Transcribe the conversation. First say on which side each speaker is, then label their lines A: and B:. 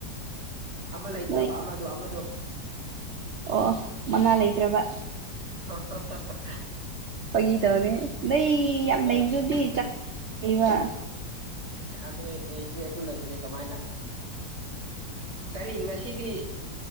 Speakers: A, on the right; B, on the right.
A: ꯑꯃ ꯂꯩꯇ꯭ꯔꯕ
B: ꯅꯣꯏ
A: ꯑꯃꯗꯣ ꯑꯃꯗꯣ
B: ꯑꯣ ꯃꯅꯥ ꯂꯩꯇ꯭ꯔꯕ
A: <unintelligible>
B: ꯐꯥꯒꯤ ꯇꯧꯅꯦ ꯅꯩ ꯌꯥꯝ
A: ꯑꯥ
B: ꯂꯩꯕꯗꯨꯗꯤꯕ
A: ꯑꯗ
B: ꯆꯥꯛ <unintelligible>
A: ꯌꯥꯗ꯭ꯔꯦ ꯂꯩꯇ꯭ꯔꯦ ꯑꯗꯨ ꯂꯩꯇ꯭꯭ꯔꯦ ꯀꯃꯥꯏꯅ ꯀꯔꯤ ꯉꯁꯤꯗꯤ